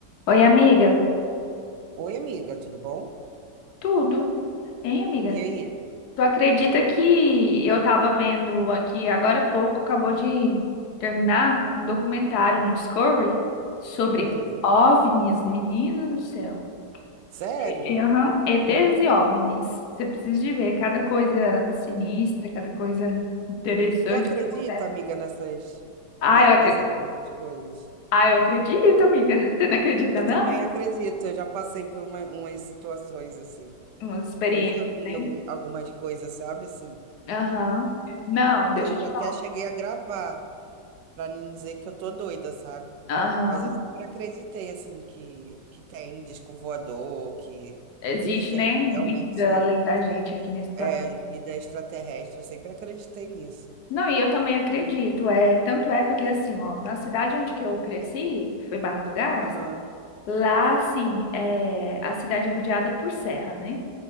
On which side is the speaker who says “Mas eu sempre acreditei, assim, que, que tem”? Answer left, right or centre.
Right